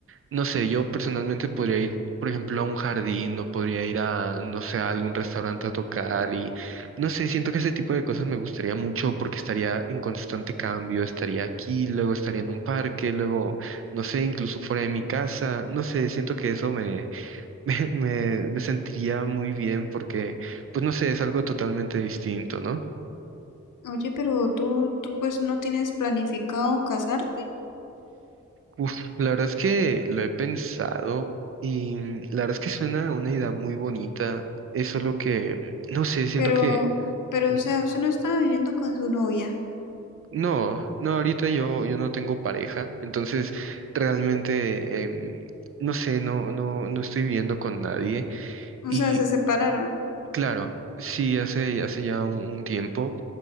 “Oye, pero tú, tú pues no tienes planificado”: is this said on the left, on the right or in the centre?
Left